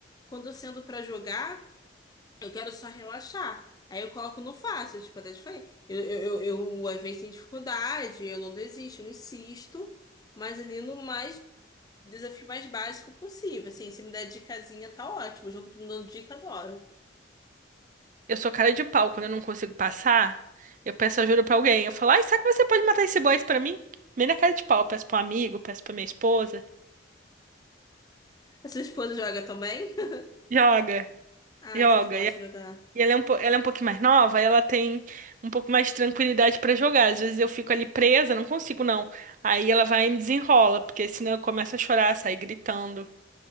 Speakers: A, on the left; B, on the right.
A: quando eu sento pra jogar. Eu quero só relaxar. Aí eu coloco no fácil, tipo, até te falei. Eu, eu, eu, eu, às vezes tenho dificuldade, eu não desisto, eu insisto, mas ali no mais desafio mais básico possível. Assim, se me der dicasinha, tá ótimo. O jogo tá me dando dica, adoro.
B: Eu sou cara de pau, quando eu não consigo passar, eu peço ajuda pra alguém. Eu falo, ai, será que você pode matar esse boss pra mim? Bem na cara de pau, eu peço pra um amigo, peço pra minha esposa.
A: A sua esposa joga também? <laughs>
B: Joga,
A: Ah,
B: joga.
A: vocês gostam
B: E
A: de jogar.
B: ela é um, po- ela é um pouquinho mais nova, aí ela tem um pouco mais de tranquilidade pra jogar. Às vezes eu fico ali presa, não consigo não. Aí ela vai e me desenrola, porque senão eu começo a chorar, sair gritando,